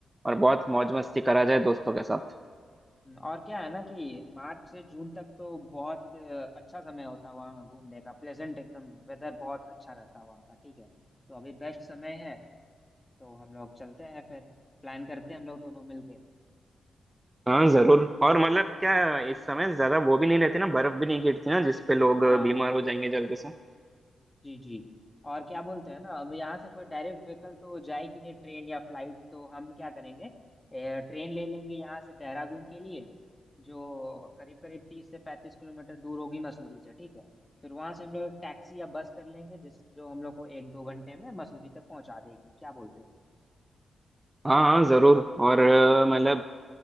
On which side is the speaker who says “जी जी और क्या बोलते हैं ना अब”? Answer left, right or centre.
Left